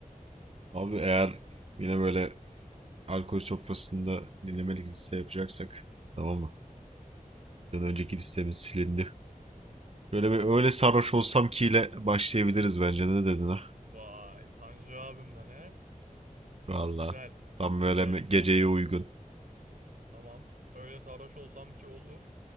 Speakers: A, on the right; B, on the right.
A: Abi eğer yine böyle alkol sofrasında dinlemelik liste yapacaksak tamam mı? Ya da önceki listemiz silindi. Böyle bir öyle sarhoş olsam ki ile başlayabiliriz bence. Ne dedin ha?
B: Vay Tanju abimden he?
A: Valla.
B: Güzel.
A: Tam
B: Güzel
A: böyle me-
B: güzel.
A: geceye uygun.
B: Tamam. Öyle sarhoş olsam ki olur.